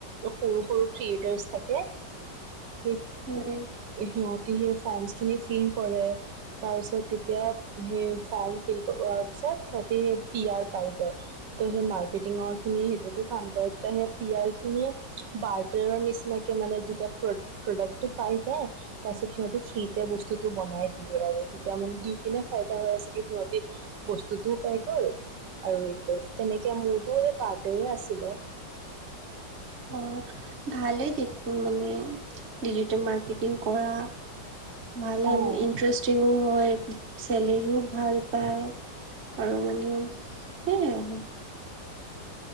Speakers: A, on the right; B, on the right.
A: সৰু সৰু থ্ৰিয়েটাৰছ থাকে, সেই
B: উম
A: সিহঁত সেই ফৰ্মচখিনি ফিল কৰে তাৰপিছত তেতিয়া সেই ফৰ্ম ফিলোৱাৰ পিছত সিহঁতে পি আৰ পাই যায় ত, সেই মাৰ্কেটিঙৰ খিনি সেইটোতো কাম কৰায়াে প বাৰৰ নিচিনাকে মানে যেতিয়া প্ৰডাক্টটো পাই যায় তাৰপিছত সিহ সিতিয়া বস্তুটো বনাই দিয়ে আৰু তেতিয়া মানে দুই কিিনে ফাইদা হৈ আছে কি সহঁতি বস্তুতটো হৈ গ'ল আৰু এইটো তেনেকে মোৰতো এ পাৰটে আছিলে।
B: অ ভালে দেখো মানে। ডিজি মাৰ্কেটিং কৰা ভাল ইণ্টাৰেষ্টিং
A: অঁ
B: হয় চেলেৰিীও ভাল পা আৰু মানে সেয়াই